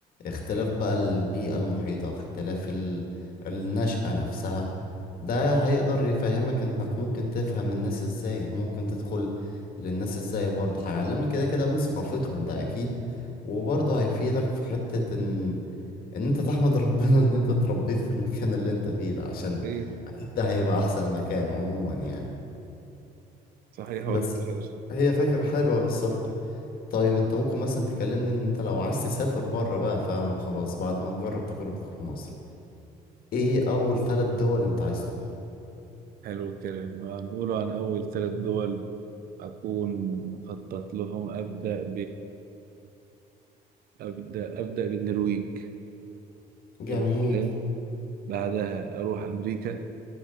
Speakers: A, on the left; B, on the right.
A: اختلاف بقى البيئة المحيطة اختلاف ال... النشأة نفسها ده هيقدر يفهمك انك ممكن تفهم الناس ازاي ممكن تدخل للناس ازاي برضه هيعلمك كده كده من ثقافتهم ده اكيد وبرضه هيفيدك في حتة ان ان انت تحمد ربنا ان انت اتربيت في المكان اللي انت فيه ده عشان
B: ايه
A: اكيد ده هيبقى احسن مكان عموما يعني
B: صحيح والله
A: بس
B: خير
A: هي فكرة حلوة للسفر طيب انت ممكن مثلا تكلمني ان انت لو عايز تسافر بره بقى فعلا خلاص بعد ما تجرب تجربتك في مصر ايه اول ثلاث دول انت عايز تروحهم
B: حلو الكلام هنقوله عن اول ثلاث دول أكون مخطط لهم أبدأ أبدأ أبدأ بالنرويج حلو
A: جميل
B: الكلام بعدها أروح أمريكا